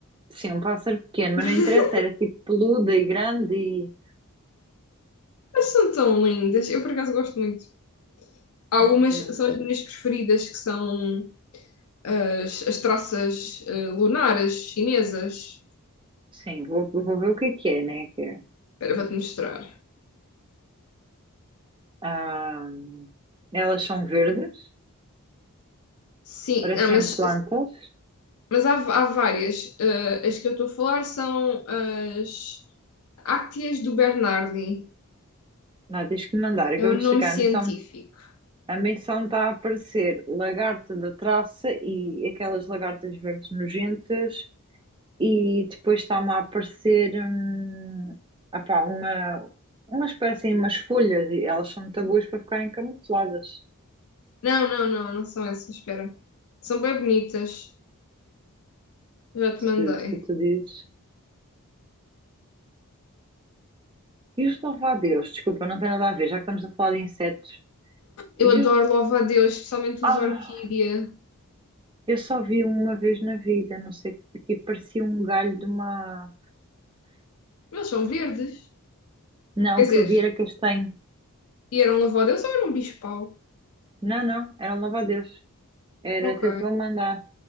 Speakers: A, on the right; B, on the left.
A: Sim, um pássaro pequeno,
B: <laughs>
A: mas não interessa, era tipo peludo e grande e.
B: Mas são tão lindas. Eu, por acaso, gosto muito. Algumas
A: Meu Deus.
B: são as minhas preferidas, que são as, as traças eh, lunares chinesas.
A: Sim, vou, vou ver o que é que é, né? Que é.
B: Espera, vou-te mostrar.
A: Ah, elas são verdes,
B: Sim,
A: parecem
B: ah, mas,
A: plantas.
B: mas há, há várias. Eh, as que eu estou a falar são as Ácteas do Bernardi.
A: Não, tens que me mandar. Acabei
B: É o nome
A: de chegar.
B: científico.
A: A missão, a missão está a aparecer lagarta da traça e aquelas lagartas verdes nojentas. E depois está-me a aparecer hum, apá, uma, umas parecem umas folhas e elas são muito boas para ficarem camufladas.
B: Não, não, não, não são essas, espera. São bem bonitas. Já te
A: Se,
B: mandei.
A: se tu dizes. E os louva-a-Deus, desculpa, não tem nada a ver, já que estamos a falar de insetos.
B: Eu
A: E
B: adoro
A: os...
B: louva-a-Deus, especialmente
A: Ah!
B: os orquídea.
A: Eu só vi uma vez na vida, não sei, tipo, parecia um galho de uma.
B: Mas são verdes.
A: Não,
B: Quer dizer,
A: que eu vi era castanho.
B: e eram louva-a-Deus ou eram bicho-pau?
A: Não, não, era um louva Era,
B: Ok.
A: até te vou mandar.